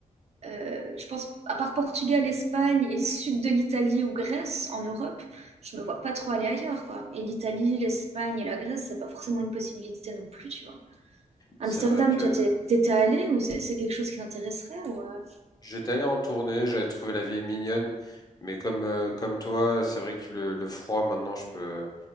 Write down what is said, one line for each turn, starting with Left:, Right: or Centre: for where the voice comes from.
Right: Euh, je pense, à part Portugal, Espagne et sud de l'Italie ou Grèce en Europe, je me vois pas trop aller ailleurs, quoi. Et l'Italie, l'Espagne et la Grèce, c'est pas forcément une possibilité non plus, tu vois. Amsterdam,
Left: C'est vrai que
Right: toi, t'es t'étais allée ou c'est c'est quelque chose qui t'intéresserait ou euh
Left: j'étais allé en tournée, j'avais trouvé la ville mignonne, mais comme, euh, comme toi, c'est vrai que le, le froid, maintenant, je peux.